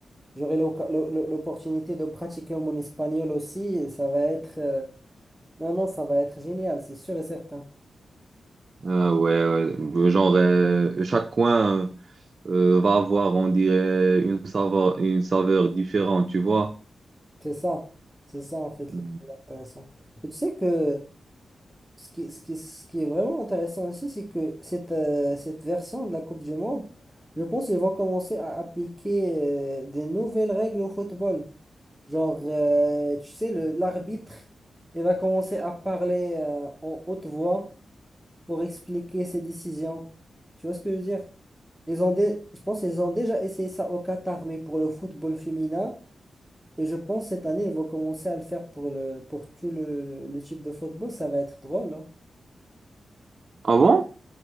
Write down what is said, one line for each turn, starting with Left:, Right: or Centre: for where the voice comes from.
Centre: j'aurai l'oc- l'o- l'o- l'opportunité de pratiquer mon espagnol aussi, et ça va être, euh, non, non, ça va être génial, c'est sûr et certain,
Right: Euh, ouais, ouais. Genre, euh, chaque coin euh, va avoir, on dirait, une saveur, une saveur différente, tu vois.
Centre: c'est ça, c'est ça en fait
Right: Mhm.
Centre: le plus intéressant. Et tu sais que Ce qui, ce qui, ce qui est vraiment intéressant aussi, c'est que cette, euh, cette version de la Coupe du Monde, je pense qu'ils vont commencer à appliquer euh, des nouvelles règles au football. Genre, euh, tu sais, le, l'arbitre, il va commencer à parler euh, en haute voix pour expliquer ses décisions. Tu vois ce que je veux dire? Ils ont dé- Je pense qu'ils ont déjà essayé ça au Qatar, mais pour le football féminin. Et je pense cette année, ils vont commencer à le faire pour le, pour tout le, le type de football. Ça va être drôle, hein.
Right: Ah bon